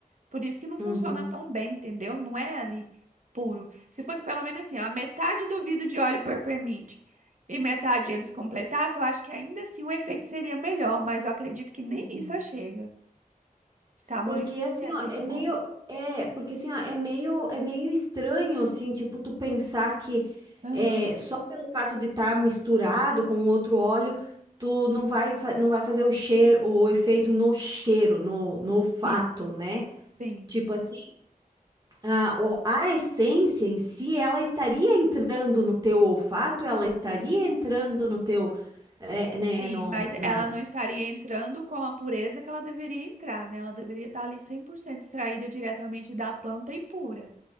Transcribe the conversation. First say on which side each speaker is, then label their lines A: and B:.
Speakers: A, on the right; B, on the right.
A: Por isso que não
B: Uhum.
A: funciona tão bem, entendeu? Não é ali puro. Se fosse pelo menos assim, a metade do vidro de óleo per permite e metade eles completassem, eu acho que ainda assim o efeito seria melhor, mas eu acredito que nem
B: Uhum.
A: isso chega. Tamanho
B: Porque assim,
A: que é
B: ó,
A: que eles
B: é meio
A: sabem.
B: é, porque assim, ó, é meio é meio estranho assim, tipo tu pensar que
A: Aham,
B: é, só pelo fato de estar misturado com outro óleo, tu não vai fa- não vai fazer o cheiro, o efeito no cheiro, no no olfato,
A: sim,
B: né?
A: sim,
B: Tipo assim, a, o- a essência em si, ela estaria entrando no teu olfato, ela estaria entrando no teu, é, né,
A: sim.
B: no,
A: Mas
B: na,
A: ela não estaria entrando com a pureza que ela deveria entrar, né? Ela deveria estar ali 100% extraída diretamente da planta e pura.